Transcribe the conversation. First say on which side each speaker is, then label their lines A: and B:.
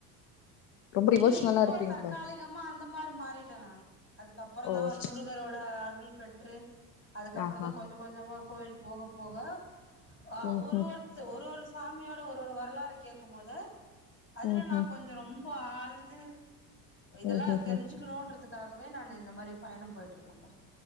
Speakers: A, on the left; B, on the left.
A: ரொம்ப டிவோஷனலா
B: இல்ல இப்போ
A: இருப்பீங்களோ
B: தற்காலிகமா அந்த மாரி மாறிட்டே நானு அதுக்கப்பறந்தா
A: ஓ
B: வந்து
A: ச
B: முருகரோட அருள் பெற்று அதுக்கப்பறந்தா
A: ஆஹா
B: கொஞ்ச கொஞ்சமா கோயில் போக போக ஆ
A: ம்
B: ஒரு
A: ம்
B: ஒரு இது ஒரு ஒரு சாமியோட ஒரு ஒரு வரலாறு கேட்கும் போது அதுல
A: ம்
B: நா
A: ம்
B: கொஞ்சோ ரொம் ப ஆழ்ந்து இதெல்லா
A: ம் ம்
B: தெரிஞ்சு
A: ம்
B: க்கணுன்றதுக்காகவே நானு இந்த மாரி பயணம் போயிட்டு இருக்கேன்ப்பா